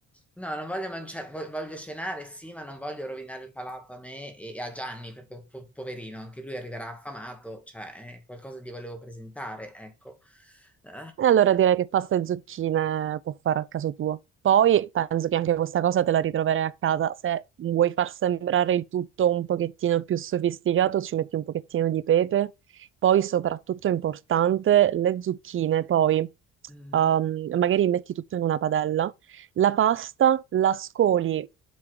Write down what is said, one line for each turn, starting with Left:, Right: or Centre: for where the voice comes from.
Centre: No, non voglio mangiare, voglio, voglio cenare, sì, ma non voglio rovinare il palato a me e, e a Gianni, perché po- poverino, anche lui arriverà affamato, cioè, eh, qualcosa gli volevo presentare, ecco. Eh,
Right: E allora direi che pasta e zucchine può fare a caso tuo. Poi penso che anche questa cosa te la ritroverai a casa. Se vuoi far sembrare il tutto un pochettino più sofisticato, ci metti un pochettino di pepe. Poi, soprattutto importante, le zucchine. Poi
Centre: mm,
Right: um, magari metti tutto in una padella. La pasta la scoli